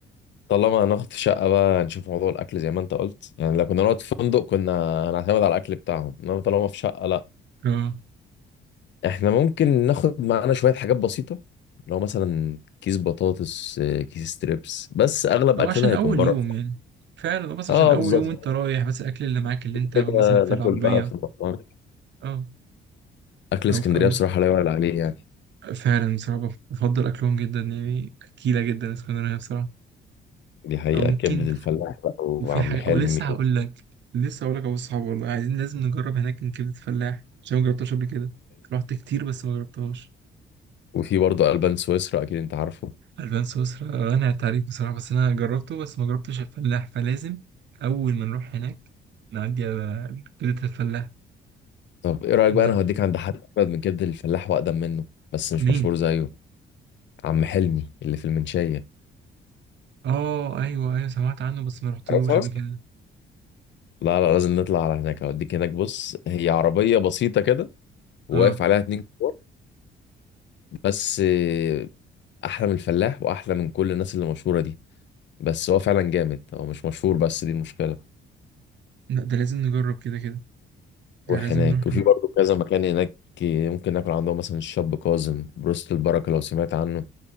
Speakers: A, on the left; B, on the right.
A: طالما هناخد في شقة بقى نشوف موضوع الأكل زي ما أنت قلت يعني لو كنا نقعد في فندق كنا هنعتمد على الأكل بتاعهم إنما طالما في شقة لأ
B: اه
A: إحنا ممكن ناخد معانا شوية حاجات بسيطة لو مثلا كيس بطاطس آه، كيس ستريبس بس أغلب
B: او
A: أكلنا
B: عشان
A: هيكون
B: اول
A: بره
B: يوم يعني فعلا هو بس
A: أه
B: عشان اول
A: بالظبط
B: يوم انت رايح بس الاكل اللي معاك اللي انت
A: كده
B: مثلا في
A: ناكل
B: العربيه
A: بقى في المطعم
B: اه
A: أكل اسكندرية
B: او في او
A: بصراحة لا يعلى عليه يعني
B: فعلا بصراحه بفضل اكلهم جدا يعني اكيله جدا اسكندريه بصراحه
A: دي حقيقة
B: او ممكن
A: كبدة الفلاح بقى وعم
B: وفي حاجه
A: حلمي
B: او لسه هقول لك لسه هقول لك ابو الصحاب والله عايزين لازم نجرب هناك من كبده فلاح عشان ما جربتهاش قبل كده رحت كتير بس ما جربتهاش
A: وفي برضه ألبان سويسرا أكيد أنت عارفه
B: البان سويسرا انا عليك بصراحه بس انا جربته بس ما جربتش الفلاح فلازم اول ما نروح هناك نعدي على كبده الفلاح
A: طب إيه رأيك
B: نعم.
A: بقى أنا هوديك عند حد أجمد من كبدة الفلاح وأقدم منه بس مش
B: مين
A: مشهور زيه عم حلمي اللي في المنشية
B: اه ايوه ايوه سمعت عنه بس ما رحتلوش
A: عارفها؟
B: قبل كده
A: لا لا لازم نطلع على هناك هوديك هناك بص هي عربية بسيطة كده وواقف
B: اه
A: عليها اتنين كبار بس آه، أحلى من الفلاح وأحلى من كل الناس اللي مشهورة دي بس هو فعلا جامد هو مش مشهور بس دي المشكلة
B: لا ده لازم نجرب كده كده يعني
A: روح
B: لازم
A: هناك
B: نروح نجرب
A: وفي برضه كذا مكان هناك آه، ممكن ناكل عندهم مثلا الشاب كاظم بروست البركة لو سمعت عنه